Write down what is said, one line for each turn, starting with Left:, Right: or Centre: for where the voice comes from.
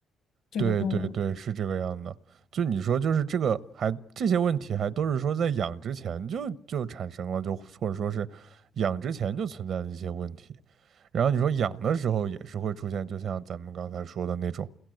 Left: 这个动物。
Right: 对对对，是这个样的。就你说，就是这个还这些问题还都是说在养之前就就产生了，就或者说是养之前就存在的一些问题。然后你说养的时候也是会出现，就像咱们刚才说的那种，